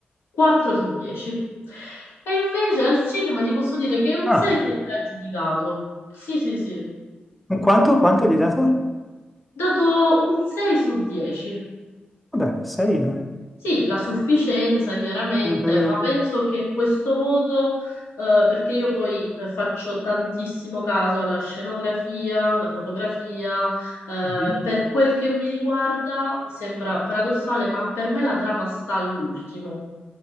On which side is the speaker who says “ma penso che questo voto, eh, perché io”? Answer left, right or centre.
Left